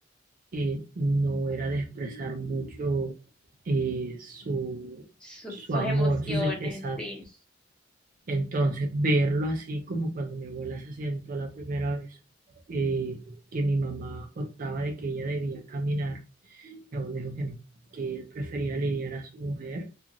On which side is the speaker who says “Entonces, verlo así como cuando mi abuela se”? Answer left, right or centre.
Right